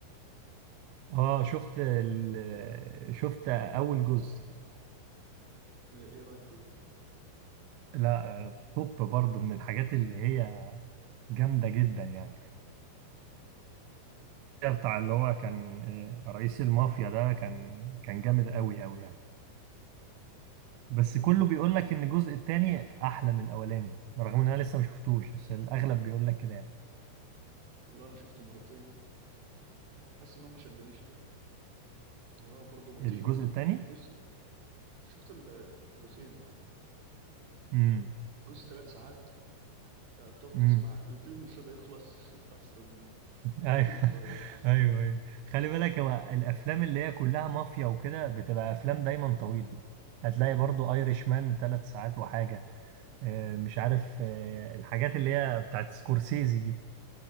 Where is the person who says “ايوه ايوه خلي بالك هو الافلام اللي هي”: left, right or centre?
Right